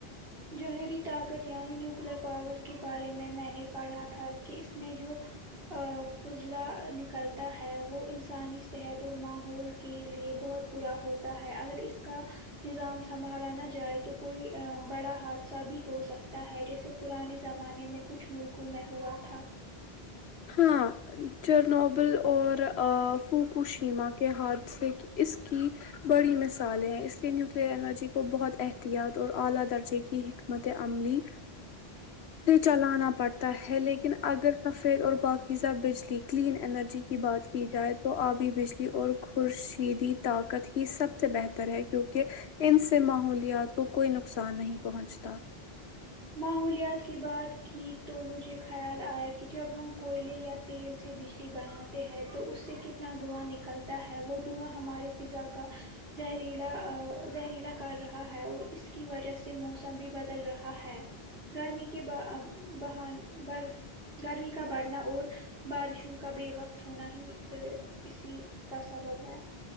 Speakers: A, on the right (about 70°); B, on the left (about 80°).
A: جوہری طاقت یعنی نیوکلر پاور کے بارے میں میں نے پڑھا تھا کہ اس میں جو فضلہ نکلتا ہے وہ انسانی صحت اور ماحول کے لیے بہت پا ہوتا ہے اگر اس کا نظام سنبھالا نہ جائے تو کوئی بڑا حادثہ بھی ہو سکتا ہے جیسے پرانے زمانے میں کچھ ملکوں میں ہوا تھا
B: ہاں جر نوبل اور فوکو شیما کے ہاتسے اس کی بڑی مثالیں ہیں اس لیے نیوکلئر انرجی کو بہت احتیاط اور اعلی درجے کی حکمت عملی
A: ج
B: بھی چلانا پڑتا ہے لیکن اگر پ اور باقی سا بجلی کلین انرجی کی بات کی جائے تو ابھی بجلی اور خورشیدی طاقت ہی سب سے بہتر ہے کیونکہ ان سے ماحولیات کو کوئی نقصان نہیں پہنچتا
A: ماحولیات کی بات کی تو مجھے خیال آیا کہ جب ہم کوئلے یا تیل سے بجلی بنا ہیں تو اس سے کتنا دھواں نکلتا ہے وہ دھواں ہماری فضا کا زہریلا زہریلا کر رہا ہے اور اس کی وجہ سے موسم بھی بدل رہا ہے گرمی کے بان گرمی کا بڑھنا اور بارشوں کا بے وقت ہونا ہی اسی کا سبب ہے